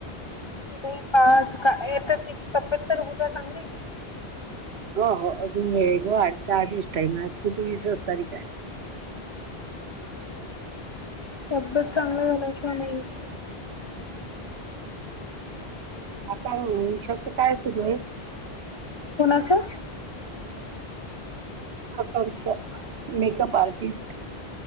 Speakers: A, on the left; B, on the right.
A: नाही पाच का? तर तिची तब्येत तर होउ द्या चांगली.
B: हो हो. अजून वेळे ग! आठ दहा दिवस टाईम आहे. आजची तं विसच तारीख आहे.
A: तब्येत चांगली झाल्याशिवाय नाही <unintelligible>
B: आता अ वंशाचं काय सुरू आहे?
A: कोणाचं?
B: आकांक्षा. Makeup artist.